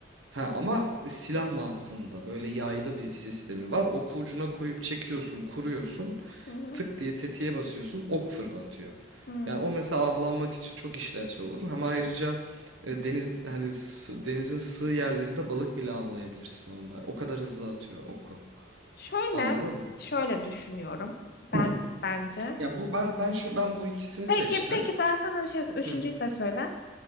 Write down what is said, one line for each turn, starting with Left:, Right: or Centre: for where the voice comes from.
Right: Ha, ama silah mantığında böyle yaylı
Left: Hı,
Right: bir sistemi var. Oku ucuna koyup çekiyorsun, kuruyorsun.
Left: hı,
Right: tık diye tetiğe basıyorsun ok fırlatıyor.
Left: hı.
Right: Yani o mesela avlanmak için çok işlevsel olur. Hem ayrıca e, deniz hani sı- denizin sığ yerlerinde balık bile avlayabilirsin onunla. O kadar hızlı atıyor oku.
Left: Şöyle,
Right: Anladın mı?
Left: şöyle düşünüyorum. Ben
Right: Hı.
Left: bence.
Right: Ya bu ben ben şu ben bu ikisini
Left: Peki,
Right: seçtim.
Left: peki ben sana bir şey söyleyeyim.
Right: Hı.
Left: Üçüncüyü de söyle.